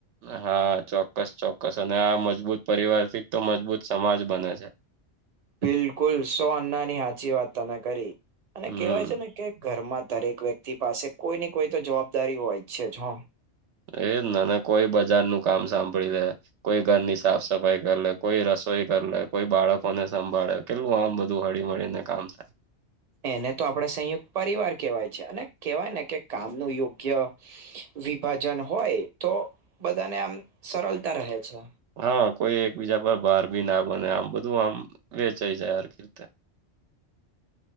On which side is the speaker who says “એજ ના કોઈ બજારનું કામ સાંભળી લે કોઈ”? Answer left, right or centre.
Right